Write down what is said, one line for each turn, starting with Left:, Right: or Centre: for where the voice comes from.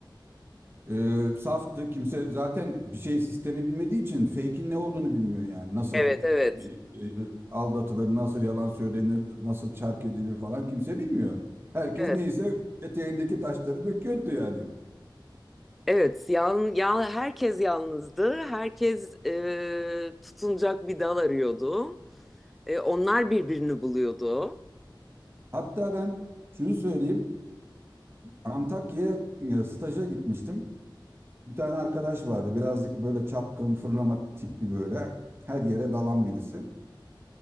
Right: Ee, saftı. Kimse zaten bir şey sistemi bilmediği için fake'in ne olduğunu bilmiyor yani. Nasıl
Centre: evet, evet,
Right: e, e, aldatılır, nasıl yalan söylenir, nasıl çark edilir falan kimse bilmiyor. Herkes
Centre: evet,
Right: neyse eteğindeki taşları döküyordu yani.
Centre: evet. Yal, ya, herkes yalnızdı. Herkes e, tutunacak bir dal arıyordu. E, onlar birbirini buluyordu.
Right: Hatta ben şunu söyleyeyim. Antakya'ya e, staja gitmiştim. Bir tane arkadaş vardı. Birazcık böyle çapkın, fırlama tipli böyle. Her yere dalan birisi.